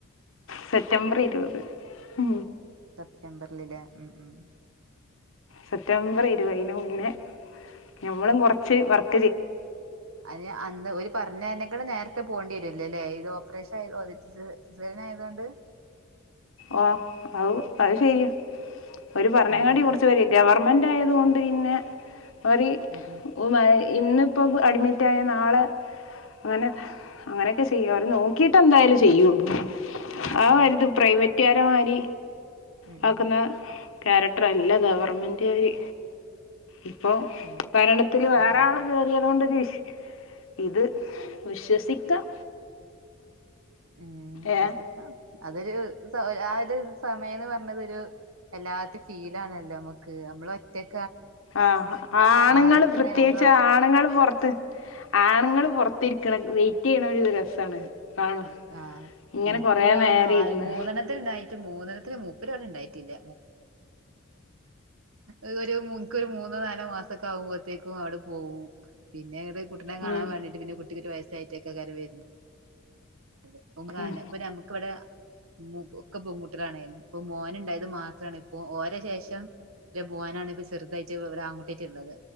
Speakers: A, on the left; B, on the right.
A: സെറ്റബർ ഇരുപത് ഉ
B: സെപ്തംബറില് ലോ. ഉം
A: സെപ്തംബർ ഇരുപതിനുമുന്നേ ഞമ്മളും കുറച്ചുവർക്ക്
B: അതിന്, അന്ന്.. ഓരു പറഞ്ഞതിനെക്കാളും നേരത്തെപോകേണ്ടി വരുവല്ലോയല്ലേ? അതിന് ഓപ്പറേഷൻ ആയതൊ സിസേറിയനായതു കൊണ്ട്
A: ഓ, അത അതുശരിയാ, അവരുപറഞ്ഞേനക്കാട്ടി
B: ഉം ഉം
A: കുറച്ചു <unintelligible> ഗവർമെന്റായതു കൊണ്ടു പിന്നെ അവര്,
B: ഉം ഉം
A: ഒരുമാതിരി ഇന്നിപ്പോ അഡ്മിറ്റായാ നാളെ അങ്ങനെ അങ്ങനെയൊക്കെ ചെയ്യും. അവരുനോക്കി ട്ടെന്തായാലും ചെയ്യുകയുള്ളൂ.
B: ആഹ്
A: ആവരുത്,
B: ആഹ്
A: പ്രൈവറ്റുകാരെമാതിരി
B: ഉം
A: യാക്കുന്ന
B: ഉം
A: ക്യാരക്ടറല്ല ഗവർണ്മെന്റുകാര്. അപ്പൊഭരണത്തില്
B: ഉം
A: വേറെയാളു
B: ഉം
A: കേറിയതുകൊണ്ടാരു ഇ ഇത് വിശ്വസിക്കാം
B: ഉം.. വിശ്വസിക്കാ
A: ഏ
B: അതൊരു ആയൊരു സമയമെന്നുപറഞ്ഞതൊ രു വല്ലാത്ത ഫീലാണല്ലോ നമ്മക്ക് നമ്മൾ ഒറ്റക്ക്
A: ആ.. ആണുങ്ങള്
B: ആരൊക്കെണ്ടായാലും
A: പ്രത്യേകിച്ച്
B: നമ്മള്
A: ആണുങ്ങളു പുറത്ത് ആണുങ്ങൾ പുറത്തിരി ക്കണ വെയിറ്റുചെയ്യണ തൊരു രസമാണ്. കാണാൻ
B: ആ..
A: ഇങ്ങനെ
B: എനിക്കു
A: കുറേ
B: ആ
A: നേരം ഇരുന്ന്
B: മൂന്നെണ്ണത്തിനുണ്ടായിട്ട്, മൂന്നെണ്ണത്തിന് മൂപ്പിരുവന്നിട്ടുണ്ടായിട്ടില്ല. എനിക്കൊരു <unintelligible> മൂന്നോ, നാലോ മാസമൊക്കെയാകുമ്പോളത്തേക്കുംമങ്ങോട് പോകും. പിന്നെവേറെ കുട്ടീനെ കാണാൻ
A: ഉം,
B: വേണ്ടിട്ട് പിന്നെ കുട്ടിക്കൊരു വയസ്സായിട്ടൊക്കെ കരം വര. <unintelligible> ഇപ്പൊ
A: ഉം,
B: നമുക്കിവിടെ മുക്കൊക്കെ പെൺകുട്ടികളാണേ. ഇപ്പൊമോനുണ്ടായതു മാത്രമാണ് ഒരെശേഷം. ഇന്റെ മോനാണിപ്പം ചെറുതായിട്ടിവിടെ ആ ൺകുട്ടിയുള്ളത്.